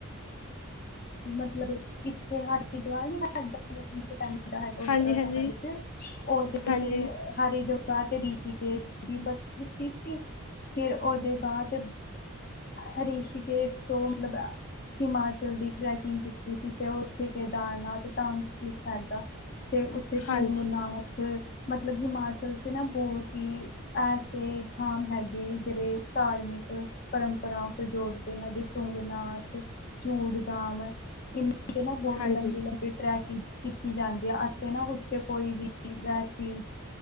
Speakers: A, on the left; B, on the left.
A: ਮਤਲਬ ਇੱਥੇ ਹਰਿਦਵਾਰ ਨੀ ਯੂਪੀ ਚ ਪੈਂਦਾ। ਹੈਗਾ ਉੱਤਰਾਖੰਡ
B: ਹਾਂਜੀ-ਹਾਂਜੀ
A: ਚ, ਉਹਦੇ
B: ਹਾਂਜੀ
A: ਤੇ ਹਰਿਦਵਾਰ ਤੇ ਰਿਸ਼ੀਕੇਸ਼ ਦੀ ਬਸਤੀ ਸੀ, ਫਿਰ ਉਹਦੇ ਬਾਅਦ ਹਰੀਸ਼ ਕੇਸ਼ ਇਸ ਤੋਂ ਮਤਲਬ ਹਿਮਾਚਲ ਦੀ ਟਰੈਕਿੰਗ ਕੀਤੀ ਸੀ, ਤੇ ਉੱਥੇ ਕੇਦਾਰਨਾਥ ਧਾਮ ਸਥਿਤ ਹੈਗਾ। ਅਤੇ ਉੱਥੇ
B: ਹਾਂਜੀ
A: ਤੁੰਗ ਨਾਥ, ਮਤਲਬ ਹਿਮਾਚਲ 'ਚ ਨਾ ਬਹੁਤ ਹੀ ਐਸੇ ਥਾਮ ਹੈਗੇ, ਜਿਹੜੇ ਧਾਰਮਿਕ ਪਰੰਪਰਾ ਤੋਂ ਜੋੜਦੇ ਹੈਗੇ, ਤੁੰਗ ਨਾਥ ਚੂੜ ਦਾਮ ਇ ਠ ਨਾ ਬਹੁਤ
B: ਹਾਂਜੀ
A: ਲੰਬੀ -ਲੰਬੀ ਵੀ ਟਰੈਕਿੰਗ ਕੀਤੀ ਜਾਂਦੀ ਹੈ, ਅਤੇ ਨਾ ਉੱਥੇ ਕੋਈ ਵੀ ਵੈਸੀ